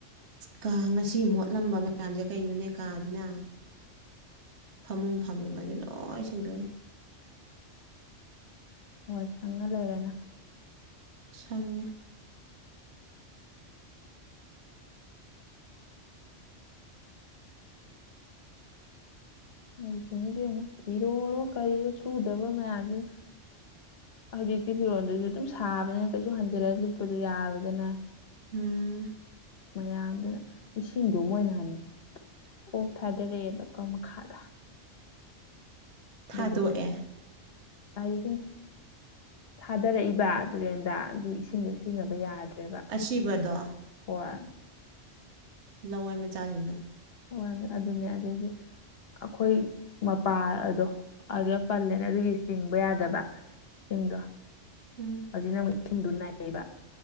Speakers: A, on the right; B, on the left.
A: ꯀꯥ ꯉꯁꯤ ꯃꯣꯠꯂꯝꯕ ꯃꯌꯥꯝꯁꯦ ꯀꯩꯅꯣꯅꯦ ꯀꯥꯁꯤꯅ ꯐꯃꯨꯡ ꯐꯃꯨꯡ ꯑꯁꯦ ꯂꯣꯏ ꯁꯦꯡꯗꯣꯛꯏ
B: ꯋꯥꯣꯏ ꯁꯪꯉ ꯂꯩꯔꯅ
A: ꯁꯉ
B: ꯂꯩꯔꯤꯁꯨꯅꯤꯗꯤ ꯑꯃꯨꯛ ꯏꯤꯔꯣꯔꯣ ꯀꯔꯤꯔꯣ ꯁꯨꯗꯕ ꯃꯌꯥꯝꯁꯤ ꯍꯧꯖꯤꯛꯇꯤ ꯐꯤꯔꯣꯟꯜꯗꯨꯁꯨ ꯑꯗꯨꯝ ꯁꯥꯕꯅꯤꯅ ꯀꯩꯁꯨ ꯍꯟꯖꯤꯜꯂꯒ ꯂꯤꯠꯄꯗꯨꯣ ꯌꯥꯔꯗꯅ
A: ꯎꯝ
B: ꯃꯌꯥꯝꯗꯨꯅ ꯏꯁꯤꯡꯗꯣ ꯃꯣꯏꯅꯍꯟꯅꯤ ꯑꯣ ꯐꯥꯗꯔꯛꯑꯦꯕ ꯀ ꯃꯈꯥꯗ
A: ꯊꯥꯗꯣꯛꯑꯦ
B: ꯑꯗꯨꯗꯨꯒꯤ ꯍꯥꯏꯗꯤ ꯁꯨꯝ ꯊꯥꯗꯔꯛꯏꯕ ꯇꯨꯔꯦꯟꯗ ꯑꯗꯨ ꯏꯁꯤꯡꯗꯣ ꯁꯤꯖꯤꯟꯅꯕ ꯌꯥꯗ꯭ꯔꯦ ꯆꯕ
A: ꯑꯁꯤꯕꯗꯣ
B: ꯍꯋꯥ
A: ꯂꯋꯥꯏ ꯃꯆꯥꯁꯤꯡꯗꯣ
B: ꯍ ꯑꯗꯨꯅꯦ ꯑꯗꯨꯗꯩꯗꯤ ꯑꯩꯈꯣꯏ ꯃꯄꯥ ꯑꯗꯣ ꯑꯗꯨꯗ ꯄꯜꯂꯦꯅ ꯑꯗꯨꯒꯤ ꯆꯤꯡꯕ ꯌꯥꯗꯕ ꯁꯤꯡꯗꯣ
A: ꯎꯝ
B: ꯍꯧꯖꯤꯛꯅ ꯑꯃꯨꯛ ꯏꯁꯤꯡꯗꯣ ꯅꯩꯌꯦꯕ